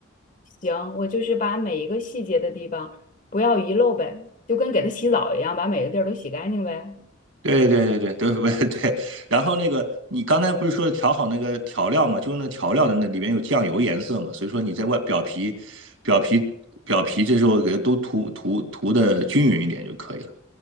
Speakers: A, on the left; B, on the right.
A: 行，我就是把每一个细节的地方不要遗漏呗，就跟给它洗澡一样，把每个地儿都洗干净呗。
B: 对对对对对，不是 <laughs> 对。然后那个，你刚才不是说调好那个调料嘛，就是那调料的那里面有酱油颜色嘛，所以说你在外表皮、表皮、表皮这时候给它都涂涂涂的均匀一点就可以了。